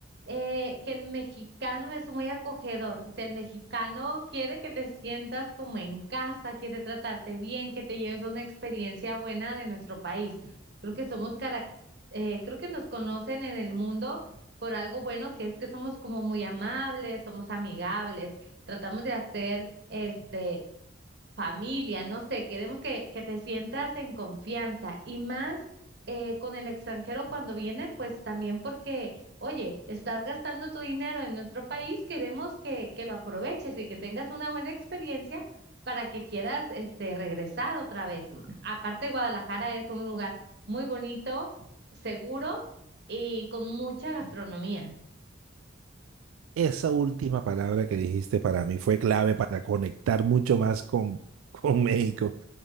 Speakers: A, on the right; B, on the right.
A: eh, que el mexicano es muy acogedor, o sea, el mexicano quiere que te sientas como en casa, quiere tratarte bien, que te lleves una experiencia buena de nuestro país. Creo que somos, carac- eh, creo que nos conocen en el mundo por algo bueno que es que somos como muy amables, somos amigables tratamos de hacer este familia, no sé, queremos que, que te sientas en confianza y más eh, con el extranjero cuando viene, pues también porque, oye, estás gastando tu dinero en nuestro país, queremos que, que lo aproveches y que tengas una buena experiencia para que quieras este regresar otra vez. Aparte, Guadalajara es un lugar muy bonito, seguro y con mucha gastronomía.
B: Esa última palabra que dijiste para mí fue clave para conectar mucho más con, <laughs> con México,